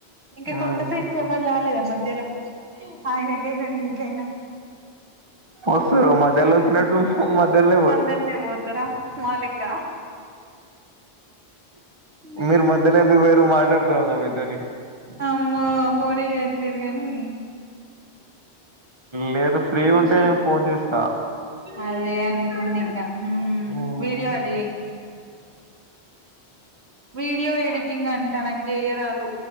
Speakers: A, on the right; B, on the right.
A: ఇంకా
B: హ్మ్.
A: కొత్త ఫైన్స్ ఫ్రెండ్స్ ఎవ్వాల్ రాలేదా మధ్యలో ఆయనకైనా నీకైనా
B: వస్తారు మధ్యలో వచ్చినట్లు హ మద్యల్నే
A: మద్యాలనే ఓతార మాలెక ఉమ్,
B: మీరు మధ్యలో ఎందుకు వేరు మాట్లాడుతున్నాగ మీతోని
A: అమ్మో ఫోన్ నే ఏట్లేరు గాని
B: లేదు ఫ్రీ
A: ఖుషి
B: ఉంటే నేను ఫోన్ చేస్తా
A: అదే అనుకున్నీంగ ఊ
B: హ్మ్.
A: వీడియో అట చెయ్ వీడియో ఎడిటింగ్ అంట నాకు చేయరాదు